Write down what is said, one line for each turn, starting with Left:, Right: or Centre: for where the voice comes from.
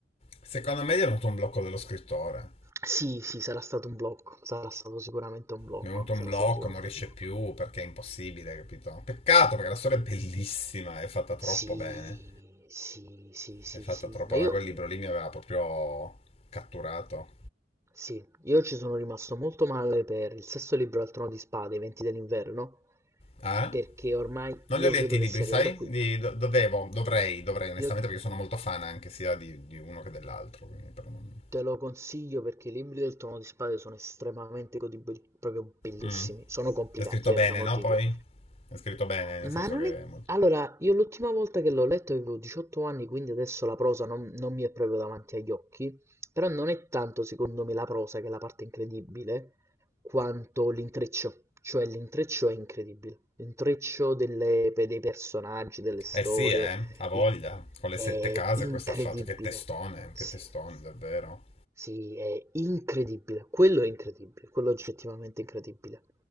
Left: secondo me gli è venuto un blocco dello scrittore.
Right: Sì, sì, sarà stato un blocco, sarà stato sicuramente un blocco,
Left: Mi è venuto
Right: sarà
Left: un blocco,
Right: stato sicuramente
Left: non riesce
Right: un blocco.
Left: più perché è impossibile, capito? Peccato perché la storia è bellissima, è fatta troppo
Right: Sì,
Left: bene,
Right: sì, sì, sì,
Left: è fatta
Right: sì,
Left: troppo
Right: ma io
Left: bene, quel libro lì mi aveva proprio catturato.
Right: Sì, io ci sono rimasto molto male per il sesto libro al Trono di Spade, i Venti dell'Inverno,
Left: Ah?
Right: perché ormai
Left: Non
Right: io
Left: li ho letti
Right: credo
Left: i libri,
Right: che sia
Left: sai?
Right: arrivato a qui.
Left: Li do- dovevo, dovrei, dovrei, onestamente,
Right: Io
Left: perché sono molto fan anche sia di, di uno che dell'altro. Quindi per non...
Right: te lo consiglio perché i libri del Trono di Spade sono estremamente godibili, proprio bellissimi.
Left: Mm.
Right: Sono complicati,
Left: È scritto
Right: eh,
Left: bene,
Right: per l'amor
Left: no?
Right: di
Left: Poi?
Right: Dio.
Left: È scritto bene, nel
Right: Ma
Left: senso
Right: non
Left: che...
Right: è...
Left: è molto-
Right: Allora, io l'ultima volta che l'ho letto avevo 18 anni, quindi adesso la prosa non, non mi è proprio davanti agli occhi, però non è tanto secondo me la prosa che è la parte incredibile, quanto l'intreccio, cioè l'intreccio è incredibile, l'intreccio delle- pe- dei personaggi, delle storie,
Left: Eh sì, eh, ha voglia.
Right: di-
Left: Con le
Right: è
Left: sette case
Right: incredibile,
Left: questo ha fatto. Che testone,
Right: sì,
Left: che testone, davvero.
Right: sì, è incredibile, quello è incredibile, quello è oggettivamente incredibile.